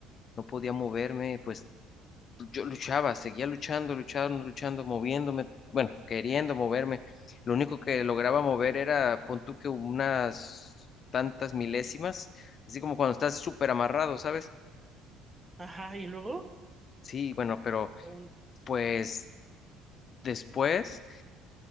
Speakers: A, on the left; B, on the right.
A: no podía moverme, pues yo luchaba, seguía luchando, luchando, luchando, moviéndome, bueno, queriendo moverme. Lo único que lograba mover era, pon tú que unas tantas milésimas, así como cuando estás súper amarrado, ¿sabes?
B: Ajá, y luego,
A: Sí, bueno, pero
B: un-
A: pues después,